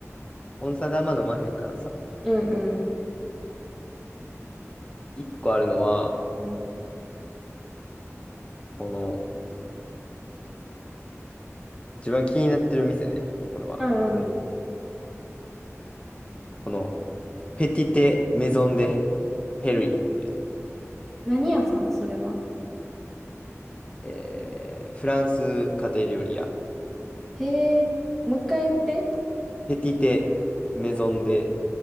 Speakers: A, on the left; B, in the centre.
A: 温山であんま飲まへんからさ。
B: うんうん。
A: 一個あるのは、
B: うん
A: この、自分が気になってる店ね。これは、
B: うんうんうん。
A: かん、この、ペティテ・メゾン・デ・ヘルイっていう、
B: 何屋さんそれは
A: えー、フランス家庭料理屋。
B: へえ、もう一回言って。
A: ペティテ・メゾン・デ・